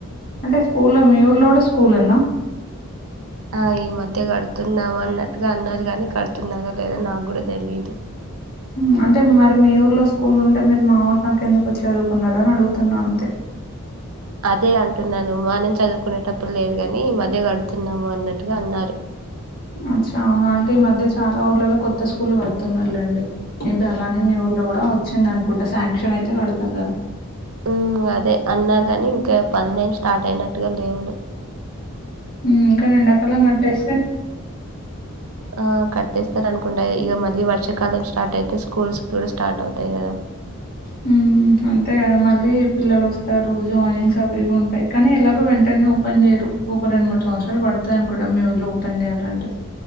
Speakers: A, on the left; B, on the right.
A: అంటే స్కూల్లో మీ ఊర్లో గూడా స్కూల్ ఉందా.
B: ఆ ఈ మధ్య కడుతున్నాము అన్నట్టుగా అన్నారు కాని కడుతున్నారా లేదా నాకు గూడా తెలిదు.
A: మ్మ్ అంటే మరి మీ ఊర్లో స్కూల్ ఉంటే మీరు మా ఊర్లో ఎందుకు వచ్చి చదువుకున్నారు అని అడుగుతున్నా అంతే.
B: అదే అంటున్నాను మనం చదువుకునేటప్పుడు లేదు గాని ఈ మధ్య గడుతున్నాము అన్నట్టుగా అన్నారు.
A: అచ్చా అవునా అంటే ఈ మధ్య చాలా ఊర్లలో కొత్త స్కూళ్లు గడుతున్నార్లెండి. ఏమిటి అలానేే మీ ఊ లోడ వచ్చింది అనుకుంట శాంక్షన్ అయితే గడతారు గదా.
B: హ్మ్ అదే అన్నర్ గాని ఇంకా పని ఏం స్టార్ట్ అయినట్టుగా లేవు లే
A: హ్మ్ కాని ఎండకాలం గట్టేస్తే
B: ఆహ్ కట్టేస్తారు అనుకుంటా ఇగ మళ్ళీ వర్షాకాలం స్టార్ట్ అయితే స్కూల్స్ కూడా స్టార్ట్ అవుతాయి గదా.
A: హ్మ్ అంతే కదా మళ్ళీ పిల్లలు వస్తారు జాయినింగ్స్ అవి ఇవి ఉంటాయ్ కానీ ఎలాగో వెంటనే ఓపెన్ జెయరు ఒక రెండు మూడు సంవత్సరాలు పడుతాయి అనుకుంటాం మీ ఊర్లో ఓపెన్ జెయాలంటే.